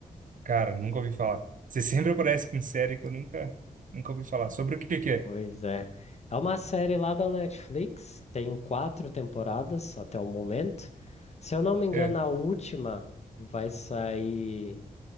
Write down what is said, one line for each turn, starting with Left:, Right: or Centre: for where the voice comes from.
Right: Cara, nunca ouvi falar. Você sempre aparece com série que eu nunca, nunca ouvi falar. Sobre o que que é?
Left: Pois é. É uma série lá da Netflix, tem quatro temporadas até o momento. Se eu não me engano,
Right: É,
Left: a última vai sair